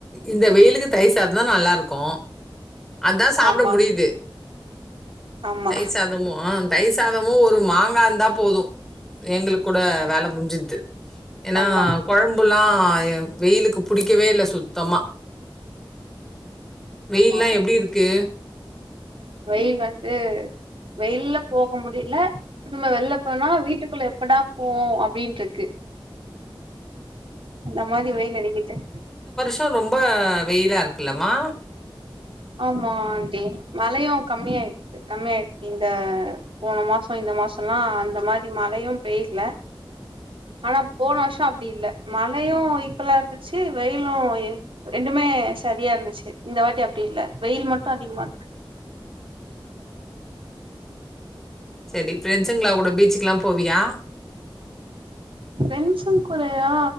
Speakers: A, in the centre; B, on the right (about 75°).
A: இந்த வெயிலுக்கு தயிர் சாதந்தா நல்லா இருக்கு அதா சாப்ட
B: ஆமா
A: முடியுது
B: ஆமா
A: தயிர் சாதமு தயிர் சாதமு ஒரு மாங்கா இருந்தா போது எங்களுக்கு கூட வேலை முடிஞ்சுது ஏன்னா
B: ஆமா
A: கொழம்புல்லா வெயிலுக்கு புடிக்கவே இல்ல சுத்தமா வெயில்ல்லா
B: ஆமா ஆமா
A: எப்டி இருக்கு
B: வெயில் வந்து வெயில்ல போக முடில திரும்ப வெளில போனா வீட்டுக்குள்ள எப்படா போவோ அப்டின்னு இருக்கு அந்த மாதி வெயில் அடிக்கிது
A: த்த ரொம்ப வெயிலா இருக்குல்லமா
B: ஆமா ஆண்ட்டி மழையு கம்மியாயிடுச்சி கம்மியாயிடுச்சி இந்த போன மாசோ இந்த மாசோல்லா அந்த மாதிரி மழையு பெயிடல ஆனா போன வருஷோ அப்டி இல்ல மழையு ஈக்குவல்லா இருந்துச்சு வெயிலு ரெண்டுமே சரியா இருந்துச்சு இந்த வாட்டி அப்டி இல்ல வெயில் மட்டு அதிகமா இருக்கு
A: செரி ஃப்ரெண்ட்ஸுங்களா கூட பீச்சுக்குல்லா போவியா
B: ஃப்ரெண்ட்ஸ்ங்க கூடயா